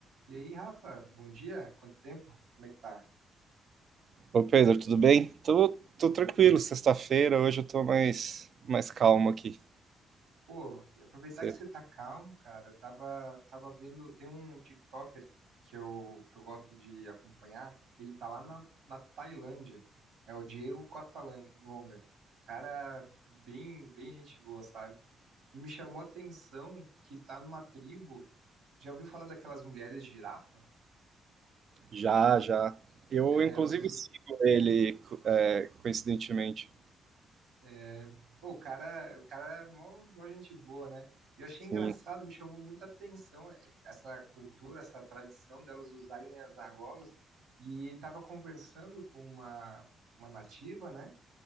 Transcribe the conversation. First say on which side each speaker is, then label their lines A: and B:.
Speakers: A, on the right; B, on the right.
A: E aí, Rafa, bom dia. Quanto tempo? Como é que tá?
B: Ô Pedro, tudo bem? Tô, tô tranquilo, sexta-feira, hoje eu tô mais, mais calmo aqui.
A: Pô, e aproveitar
B: Você-
A: que você tá calmo, cara. eu Tava, tava vendo, tem um TikToker que eu, que eu gosto de acompanhar. Ele tá lá na, na Tailândia. É o Diego Costa Lan- Longa. Cara, bem, bem gente boa, sabe? E me chamou a atenção que ele tá numa tribo. Já ouviu falar daquelas mulheres girafa?
B: Já, já. Eu,
A: É,
B: inclusive,
A: elas, usam,
B: sigo ele, co- é, coincidentemente.
A: É, pô, o cara, o cara é mó, mó gente boa, né? E eu achei
B: Sim.
A: engraçado, me chamou muita atenção é, essa cultura, essa tradição delas usarem as argolas. E ele estava conversando com uma, uma nativa, né?